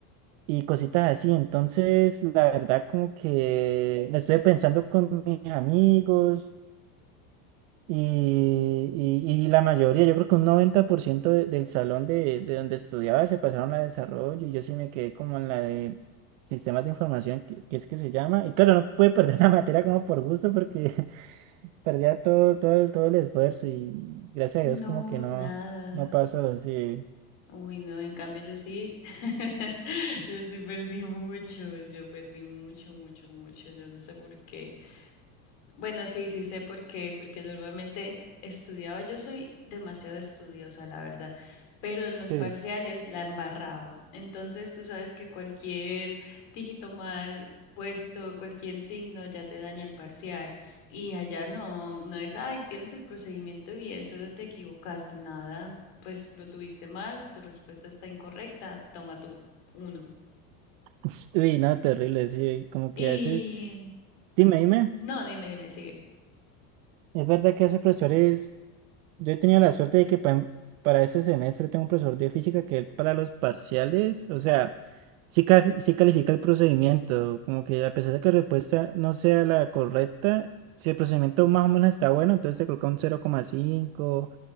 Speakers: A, on the right; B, on the left.
A: y cositas así. Entonces, la verdad, como que la estuve pensando con mis amigos. Y, y- y la mayoría, yo creo que un 90% de- del salón de, de donde estudiaba se pasaron a desarrollo y yo sí me quedé como en la de sistemas de información, que, que es que se llama. Y claro, no pude perder <laughs> la materia como por gusto porque <laughs> perdía todo, todo, el- todo el esfuerzo y gracias
B: No,
A: a Dios como que no,
B: nada.
A: no pasó, sí.
B: Uy, no, en cambio yo sí, <laughs> yo sí perdí mucho, yo perdí mucho, mucho, mucho, yo no sé por qué. Bueno, sí, sí sé por qué, porque normalmente estudiaba, yo soy demasiado estudiosa, la verdad, pero en los
A: Sí.
B: parciales la embarraba. Entonces tú sabes que cualquier dígito mal puesto, cualquier signo ya te daña el parcial y allá no, no es, ay, tienes el procedimiento bien, solo te equivocaste, nada, pues lo tuviste mal, tu respuesta está incorrecta, toma tu uno.
A: <laughs> Uy, no, terrible, sí, como
B: Y
A: que a veces, dime, dime,
B: no, dime, dime, sigue.
A: ¿es verdad que esos profesores... Yo he tenido la suerte de que pa- para este semestre tengo un profesor de física que él para los parciales, o sea, sí, ca- sí califica el procedimiento, como que a pesar de que la respuesta no sea la correcta, si el procedimiento más o menos está bueno, entonces te coloca un cero coma cinco